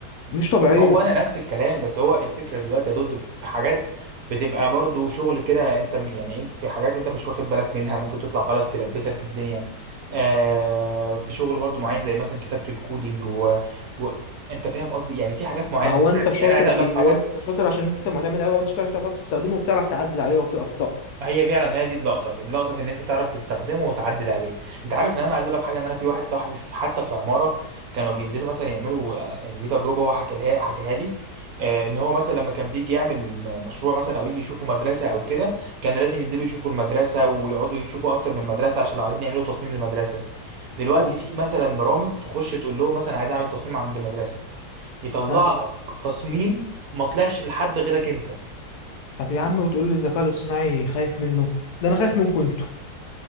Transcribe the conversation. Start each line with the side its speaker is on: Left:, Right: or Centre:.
Left: مش طبيعيه
Right: ما هو انا نفس الكلام بس هو الفكره دلوقتي يا دود في حاجات بتبقى برضو شغل كده انت م- يعني انت في حاجات انت مش واخد بالك منها ممكن تطلع غلط تلبسك الدنيا آه في شغل برضو معين زي مثلا كتابه الكودينج و... و... انت فاهم قصدي يعني في حاجات معينه
Left: ما هو
Right: بت...
Left: انت شاطر
Right: يعني عايز اقول
Left: ليه
Right: لك حاجه
Left: هو انت شاطر عشان انت معتمد عليه ولا انت شاطر عشان انت بتعرف تستخدمه وبتعرف تعدل عليه لو في اخطاء
Right: هي فعلا هي دي اللقطه اللقطه في ان انت تعرف تستخدمه وتعدل عليه انت عارف ان انا عايز اقول لك حاجه ان انا في واحد صاحبي في حتى في عماره كانوا بينزلوا مثلا يعملوا آه، يعني دي تجربه هو حكى لها حكاها لي آه، ان هو مثلا لما كان بيجي يعمل م- مشروع مثلا او يجي يشوفوا مدرسه او كده كانوا لازم ينزلوا يشوفوا المدرسه ويقعدوا يشوفوا اكتر من مدرسه عشان لو عايزين يعملوا تصميم لمدرسه دلوقتي
Left: حلو
Right: في مثلا برامج تخش تقول لهم مثلا عايز اعمل تصميم عند مدرسه يطلع
Left: حلو
Right: لك تصميم ما طلعش لحد غيرك انت
Left: طب يا عم وتقول لي الذكاء الاصطناعي خايف منه ده انا خايف منكم انتوا